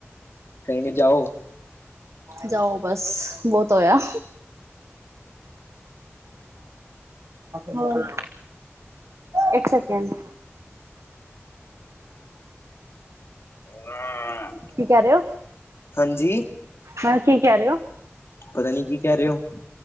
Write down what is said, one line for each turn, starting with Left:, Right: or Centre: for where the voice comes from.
Left: ਕਹਿਣਗੇ ਜਾਓ
Right: ਜਾਓ ਬਸ, ਬਹੁਤ ਹੋਇਆ। <inaudible> ਹੋਰ, ਇੱਕ ਸੈਕਿੰਡ
Left: <unintelligible>
Right: ਕੀ ਕਹਿ ਰਹੇ?
Left: ਹਾਂਜੀ
Right: ਹਾਂ, ਕੀ ਕਹਿ ਰਹੇ ਹੋ?
Left: ਪਤਾ ਨੀ ਕੀ ਕਹਿ ਰਹੇ ਓ।